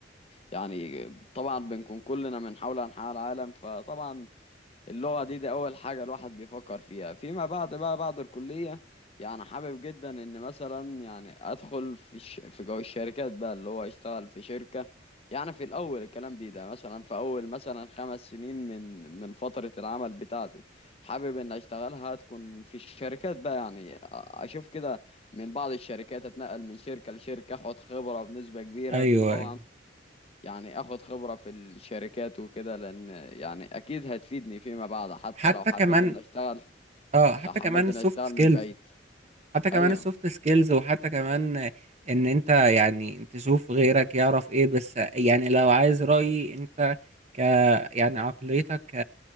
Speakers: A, on the left; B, on the right.
A: يعني طبعا بنكون كلنا من حول أنحاء العالم فطبعا اللغة دي دي أول حاجة الواحد بيفكر فيها فيما بعد بقى بعد الكلية يعني حابب جدا إن مثلا يعني أدخل في ش... في جو الشركات بقى اللي هو أشتغل في شركة يعني في الأول الكلام دي ده مثلا في أول مثلا خمس سنين من من فترة العمل بتاعتي حابب إن أشتغلها تكون في الشركات بقى يعني أ- أشوف كده من بعض الشركات أتنقل من شركة لشركة أخد خبرة بنسبة كبيرة
B: أيوه،
A: طبعا
B: أيوه.
A: يعني اخد خبرة في الشركات وكده لان يعني اكيد هتفيدني فيما بعد حتى
B: حتى
A: لو حبيت
B: كمان
A: ان اشتغل
B: آه، حتى
A: لو حبيت
B: كمان
A: ان
B: الsoft
A: اشتغل
B: skills.
A: من بعيد
B: حتى كمان
A: ايوه
B: السوفت سكيلز وحتى كمان ان انت يعني تشوف غيرك يعرف ايه بس يعني لو عايز رأيي انت ك يعني عقليتك ك